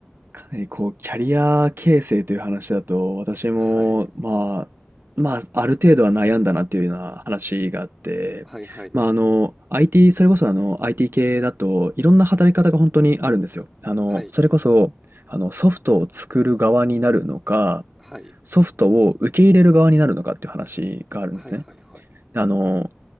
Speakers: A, on the right; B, in the centre.
A: かなりこう、キャリア形成という話だと、私も、
B: はい。
A: まあ、まあ、ある程度は悩んだなっていうような話があって、
B: はいはい。
A: まあ、あの、IT、それこそあの、IT 系だといろんな働き方が本当にあるんですよ。
B: はい。
A: あの、
B: はい。
A: それこそ、あの、ソフトを作る側になるのか、
B: はい。
A: ソフトを受け入れる側になるのかっていう話があるんですね。
B: はいはいはい。
A: あの、